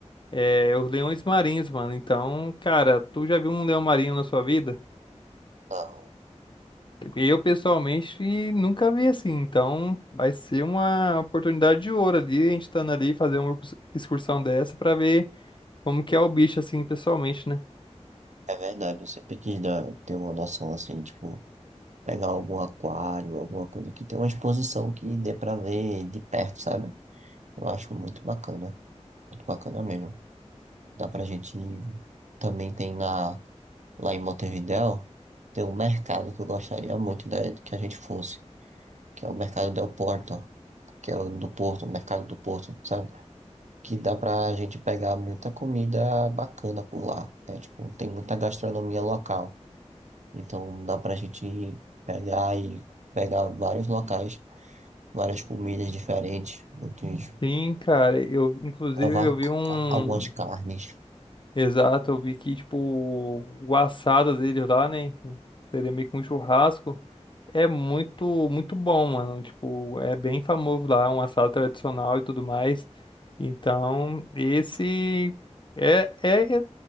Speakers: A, on the left; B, on the right.
A: é, os leões marinhos, mano. Então, cara, tu já viu um leão marinho na sua vida?
B: Não,
A: Eu, pessoalmente, nunca vi assim. Então, vai ser uma oportunidade de ouro ali, a gente estando ali, fazer uma excurs- excursão dessa para ver como que é o bicho, assim, pessoalmente, né?
B: é verdade. Eu sempre quis dar, ter uma noção assim, tipo, pegar algum aquário, alguma coisa que tenha uma exposição que dê pra ver de perto, sabe? Eu acho muito bacana. Muito bacana mesmo. Dá pra gente ir. Também tem na, lá em Montevidéu, tem um mercado que eu gostaria muito da, que a gente fosse, que é o Mercado del Porto, que é o do Porto, o Mercado do Porto, sabe? Que dá pra gente pegar muita comida bacana por lá. É, tipo, tem muita gastronomia local. Então dá pra gente ir pegar e pegar vários locais, várias comidas diferentes, muitos,
A: Sim, cara, eu, inclusive,
B: provar
A: eu
B: c-
A: vi um.
B: algumas carnes.
A: Exato, eu vi que, tipo, o assado deles lá, né? Seria meio que um churrasco. É muito, muito bom, mano. Tipo, é bem famoso lá, um assado tradicional e tudo mais. Então, esse é, é é